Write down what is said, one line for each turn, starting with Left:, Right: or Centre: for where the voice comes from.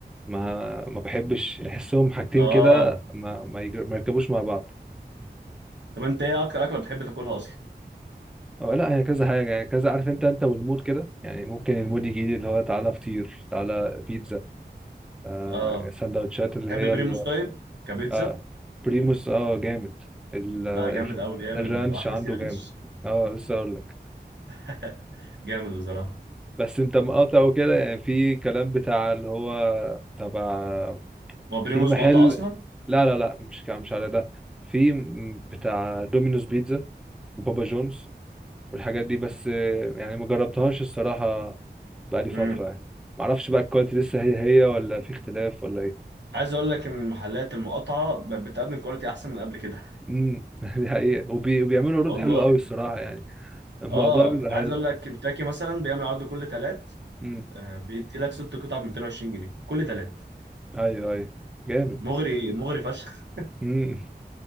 Centre: ما ما بحبش احسهم حاجتين
Right: اه
Centre: كده ما ما, يجر... ما يركبوش مع بعض
Right: طب انت ايه اكتر اكله بتحب تاكلها اصلا
Centre: أو لا هي كذا حاجه يعني كذا عارف انت انت والمود كده يعني ممكن المود يجي لي اللي هو تعالى فطير تعالى بيتزا آه
Right: اه
Centre: سندوتشات اللي
Right: تحب
Centre: هي
Right: بريموس
Centre: ال...
Right: طيب كبيتزا
Centre: آه بريموس اه جامد ال... الر-
Right: لا جامد قوي بيعمل
Centre: الرانش
Right: واحده
Centre: عنده
Right: سي رانش
Centre: جامد اه لسه اقول لك
Right: <laughs> جامد بصراحه
Centre: بس انت مقاطع وكده يعني في كلام بتاع اللي هو تبع
Right: هو بريموس
Centre: في محل
Right: مقاطع اصلا
Centre: لا لا لا مش كع- مش على ده في م- بتاع دومينوز بيتزا وبابا جونز والحاجات دي بس آه، يعني ما جربتهاش الصراحة بقالي فترة
Right: امم
Centre: يعني ما اعرفش بقى الكواليتي لسه هي هي ولا في اختلاف ولا ايه
Right: عايز اقول لك ان المحلات المقاطعه ب- بتقدم كواليتي احسن من قبل كده
Centre: امم <laughs> دي حقيقة وبي... وبيعملوا عروض
Right: والله
Centre: حلوة قوي الصراحة يعني الموضوع
Right: اه
Centre: بيبقى حلو
Right: عايز اقول لك كنتاكي مثلا بيعمل عرض كل تلات
Centre: امم
Right: آه، بيدي لك ست قطع ب 220 جنيه كل تلات
Centre: ايوه ايوه جامد
Right: مغري مغري فشخ
Centre: امم